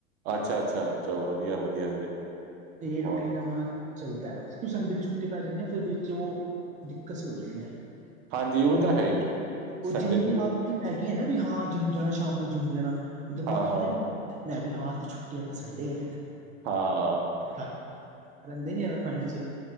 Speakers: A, on the right; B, on the right.
A: ਅੱਛਾ-ਅੱਛਾ ਚਲੋ ਵਧੀਆ-ਵਧੀਆ ਵੀਰੇ
B: ਏਹੀ
A: ਬਹੁਤ
B: ਰੂਟੀਨ ਅਪਣਾ ਚਲਦਾ ਬਸ ਕ ਸੰਡੇ ਛੂੱਟੀ ਪੈ ਜਾਂਦੀ ਨਾ ਫੇਰ ਵਿੱਚ ਓ ਦਿੱਕਸ ਹੋ ਰੀ ਐ।
A: ਹਾਂਜੀ, ਉਹ
B: ਹੁੁੰਦੀ
A: ਤਾਂ ਹੈ ਹੀ,
B: ਓ
A: ਸੰਡੇ
B: ਜਿੰਮ
A: ਨੂੰ
B: ਦੀ
A: ਫਿਰ
B: ਆਦਤ ਈ ਹੈਗੀ ਐ ਨਾ ਵੀ ਹਾਂ ਜਿੰਮ ਜਾਣਾ ਸ਼ਾਮ ਨੂੰ ਜਿੰਮ ਜਾਣਾ ਦਿਮਾਗ
A: ਹਾਂ, ਹਾਂ,
B: ਚ ਨਾ
A: ਹਾਂ,
B: ਇ ਮੈਂ ਵੀ ਹਾਂ ਛੁੱਟੀ ਐ ਤਾਂ ਸੰਡੇ ਐ।
A: ਹਾਂ।
B: ਹਾਂ ਰੈੰਦੇ ਨੀ ਅਵਰ ਮਾਂਈਂਡ ਚ